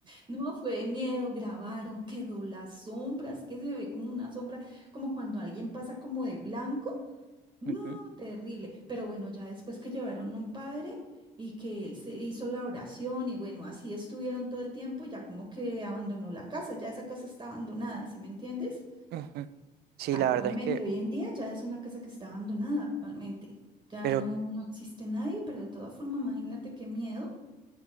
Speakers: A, on the right; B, on the right.
A: No, fue de miedo. Grabaron, quedó las sombras, que se ve como una sombra, como cuando alguien pasa como de blanco. No,
B: Ujú.
A: terrible. Pero bueno, ya después que llevaron un padre y que él se hizo la oración y bueno, así estuvieron todo el tiempo, ya como que abandonó la casa, ya esa casa está abandonada, ¿sí me entiendes?
B: Ujú. Sí,
A: Actualmente,
B: la verdad es que,
A: hoy en día ya es una casa que está abandonada actualmente. Ya
B: pero
A: no, no existe nadie, pero de todas formas, imagínate qué miedo.